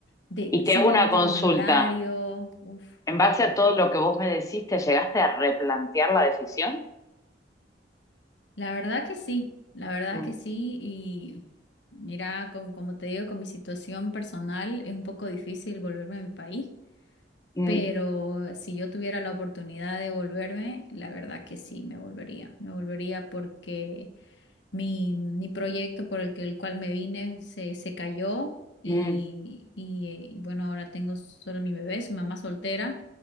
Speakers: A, on the left; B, on the left.
A: de
B: Y
A: simplemente
B: te hago una consulta.
A: con el horario. Uf.
B: En base a todo lo que vos me decís, ¿te llegaste a replantear la decisión?
A: La verdad que sí, la verdad
B: Mm,
A: que sí. Y mira, con, como te digo, con mi situación personal es un poco difícil volverme a mi país,
B: mm,
A: pero si yo tuviera la oportunidad de volverme, la verdad que sí, me volvería. Me volvería porque mi, mi proyecto por el que, el cual me vine se, se cayó y,
B: mm,
A: y eh, bueno, ahora tengo solo mi bebé, soy mamá soltera.